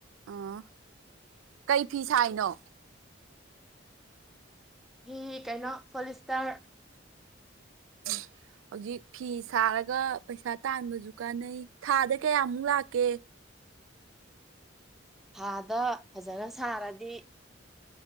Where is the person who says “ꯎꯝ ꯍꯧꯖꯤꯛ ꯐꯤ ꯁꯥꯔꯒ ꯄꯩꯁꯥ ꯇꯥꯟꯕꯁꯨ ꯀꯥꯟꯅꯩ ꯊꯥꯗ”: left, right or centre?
Right